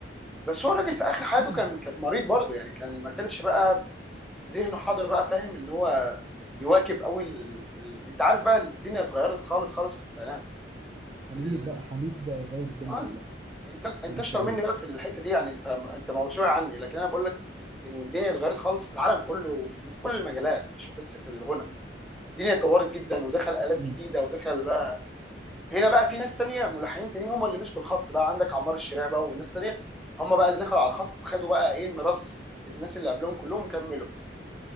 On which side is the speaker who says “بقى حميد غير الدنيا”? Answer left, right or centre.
Right